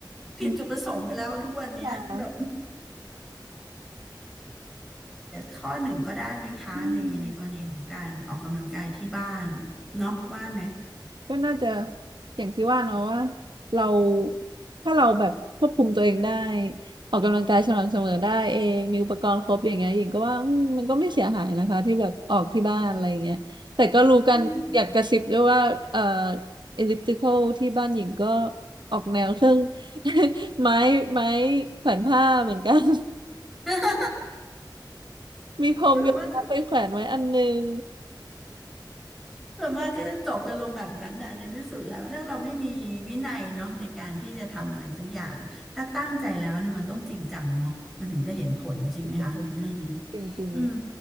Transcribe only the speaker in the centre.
ผิดจุดประสงค์ไปแล้วทุกวันเนี้ยแบบ
ข้อหนึ่งก็ได้ไหมคะในในกรณีของการออกกำลังกายที่บ้าน
เนาะว่าไหม
อืม
<laughs>
ส่วนมากก็ส่วนมากก็จะจบกันลงแบบนั้นนะในที่สุดแล้วถ้าเราไม่มีวินัยเนาะในการที่จะทำอะไรสักอย่างถ้าตั้งใจแล้วเนี่ยมันต้องจริงจังเนาะมันถึงจะเห็นผลจริงไหมคะในเรื่องนี้
อืม